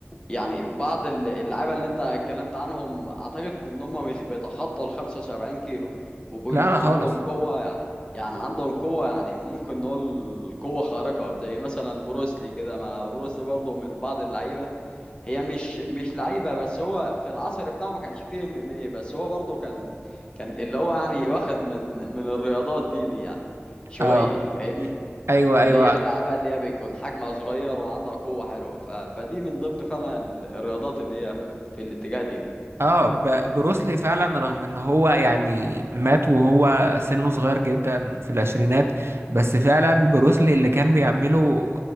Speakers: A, on the left; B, on the right.
A: يعني بعض ال- اللعيبه اللي انت اتكلمت عنهم اعتقد ان هم مش بيتخطوا ال 75 كيلو وبيكون
B: لا لا خالص
A: عندهم قوه يعني يعني عندهم قوه يعني ممكن نقول قوه خارقه زي مثلا بروسلي كده ما بروسلي برضه من بعض اللعيبه هي مش مش لعيبه بس هو في العصر بتاعه ما كانش فيه ام ام اي بس هو برضه كان كان اللي هو يعني واخد من من الرياضات دي دي يعني شويه
B: اه
A: فاهمني
B: ايوه
A: اللي
B: ايوه
A: هي اللعبة اللي هي بيكون حجمها صغير وعندها قوة حلوة ف... فدي من ضمن فعلا ال- الرياضات اللي هي ف- في الاتجاه دي, ده
B: اه ب- بروسلي فعلا رغم ان هو يعني مات وهو سنه صغير جدا في العشرينات بس فعلا بروسلي اللي كان بيعمله